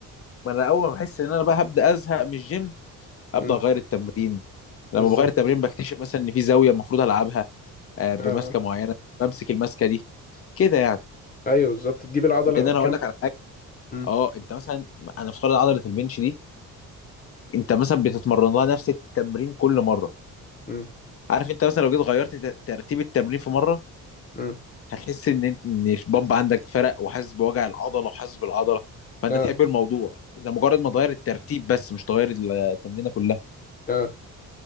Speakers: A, on the left (about 45°); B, on the left (about 25°).
A: ما انا اول ما بحس ان انا بقى هبدا ازهق من الجيم ابدا
B: امم
A: اغير التمرين لما
B: بالظبط
A: بغير التمرين بكتشف مثلا ان في زاويه المفروض العبها آه، بمسكه
B: آه. آه،
A: معينه بمسك المسكه دي كده يعني
B: ايوه بالظبط تجيب العضلة
A: لان انا
B: كاملة
A: هقول لك على حاجه
B: امم
A: اه انت مثلا انا افترض عضله البنش دي انت مثلا بتتمرن لها نفس التمرين كل مره
B: امم
A: عارف انت مثلا لو جيت غيرت ت- ترتيب التمرين في مره
B: امم
A: هتحس ان انت ان البامب عندك فرق وحاسس بوجع العضله وحاسس بالعضله فانت
B: اه
A: تحب الموضوع ده مجرد ما تغير الترتيب بس مش تغير التمرينه كلها
B: اه